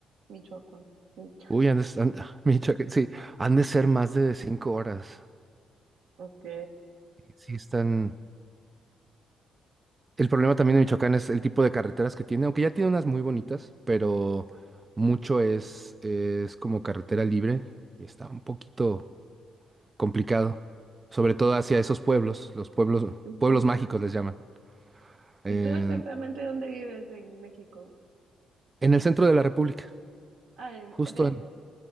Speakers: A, on the right; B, on the right.
A: Michoacán. Michoacán.
B: Uy, han de s- han- <laughs> Michoacán, sí, han de ser más de cinco horas.
A: Ok.
B: Sí, están. El problema también de Michoacán es el tipo de carreteras que tiene, aunque ya tiene unas muy bonitas, pero mucho es, es como carretera libre y está un poquito complicado, sobre todo hacia esos pueblos, los pueblos,
A: Ujú.
B: pueblos mágicos les llaman, en
A: ¿Y tú exactamente dónde vives en México?
B: en el centro de la República,
A: Ah, en
B: justo
A: DF.
B: en,